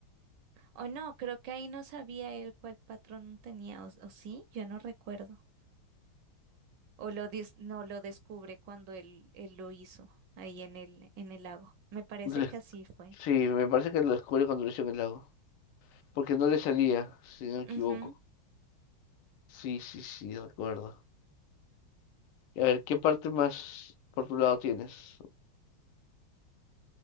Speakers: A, on the right; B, on the left.
A: O no, creo que ahí no sabía él cuál patronum tenía, o, o sí, yo no recuerdo. O lo dis- no lo descubre cuando él, él lo hizo ahí en el, en el lago. Me parece
B: Le-
A: que así fue.
B: Sí, me parece que lo descubre cuando lo hizo en el lago, porque no le salía, si no me equivoco.
A: Ujú.
B: Sí, sí, sí, recuerdo. Y A ver, ¿qué parte más por tu lado tienes?